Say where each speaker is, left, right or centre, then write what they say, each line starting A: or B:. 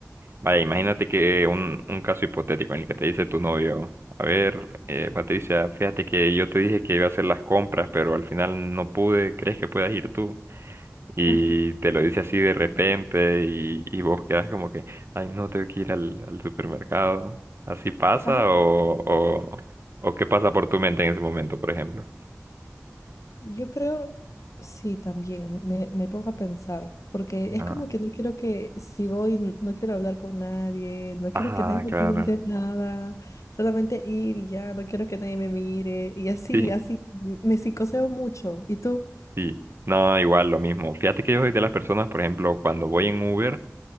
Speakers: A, on the right; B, on the left.
A: Vaya, imagínate que un, un caso hipotético en el que te dice tu novio, a ver, eh, Patricia, fíjate que yo te dije que iba a hacer las compras, pero al final no pude, ¿crees que puedas ir tú? Y
B: Ajá.
A: te lo dice así de repente y, y vos quedas como que, ay, no, tengo que ir al, al supermercado. ¿Así pasa
B: Ajá.
A: o, o, o qué pasa por tu mente en ese momento, por ejemplo?
B: Yo creo, sí, también me, me pongo a pensar, porque es
A: Ah,
B: como que no quiero que, si voy, n- no quiero hablar con nadie, no
A: Ah,
B: quiero que nadie me
A: claro.
B: pregunte nada, solamente ir y ya, no quiero que nadie me mire, y así,
A: Sí,
B: así, m- me psicoseo mucho. ¿Y tú?
A: sí. No, igual lo mismo. Fíjate que yo soy de las personas, por ejemplo, cuando voy en Uber,